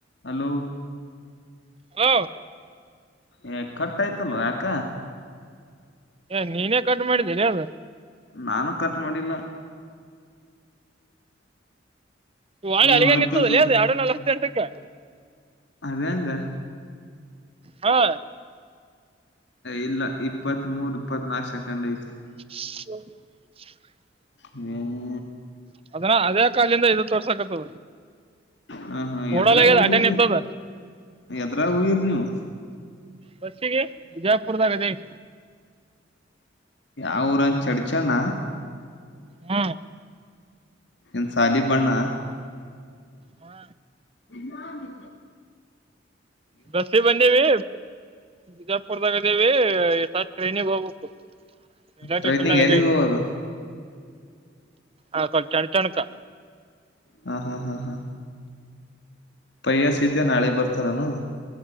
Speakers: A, on the left; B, on the right.
A: Hello
B: ಹ
A: ಏ ಕಟ್ಯ್ತಲ್ವ ಯಾಕ
B: ಏ ನೀನೇ ಕಟ್ ಮಾಡಿದ್ದೀನೆ ಅವಾಗ
A: ನಾನು ಕಟ್ ಮಾಡಿಲ್ಲ
B: ಇವಾಗ
A: ಹ
B: ಅಲ್ಲಿಗ
A: ಮತ್ತಸ
B: ನಿತ್ತದಲ್ಲೇ ಅ ಎರಡು ನಲ್ವತ್ತ ಎಂಟಕ್ಕೆ
A: ಅದೆಂಗ
B: ಹಾ
A: ಇಲ್ಲ ಇಪ್ಪತ್ ಮೂರ್ ಇಪ್ಪತ್ ನಾಲ್ಕು ಸೆಕೆಂಡ್ ಐತಿ
B: ಹೂ
A: ಇನ್ನೂ ಏನಿಲ್ಲ
B: ಅದನ್ನ ಅದೇ ಕಾಲಿಂದ ಇದು ತೋರ್ಸಕತ್ತದ
A: ಹ ಹಾ
B: ಓಡಲಾಗ್ಯದ
A: ಎಡ್ರಾಗ್ ಹೋಗಿರಿ
B: ಅಟೆ ನಿಂತದ
A: ನೀವು ಎಡ್ರಗ್ ಹೋಗಿರಿ ನೀವು
B: ಬಸ್ಗೆ ಬಿಜಾಪುರ್ದಾಗ ಆದಿವಿ
A: ಅವರಂದ ಚಡ್ಚಣ್ಣ
B: ಹಾ
A: ನ್ ಸಾಲಿ ಬಣ್ಣ
B: ಹಾ
A: ನಿಜ
B: ಬಸ್ ಗೆ ಬಂದಿವಿ ಬಿಜಾಪುರ್ದಾಗ ಇದೇವಿ ಸ ಟ್ರೈನಿಗೆ ಹೋಗಬೇಕು ರೈಲ್ ವೆ
A: ಟ್ರೈನಿಗೆ
B: ಸ್ಟೇಷನ್ ದಾಗಾ
A: ಎಲ್ಲಿಗ್
B: ಆದಿವಿ
A: ಹೋಗೋರು
B: ಆ ಕೊಚ ಅಳ ಚಣಕ್ಕಾ
A: ಹಾ ಹಾ ಹಾ ಹಾ ಪೈ್ಯಾಸ ಇದ್ದ್ಯ ನಾಳೆಗ್ ಬರ್ತಾರನು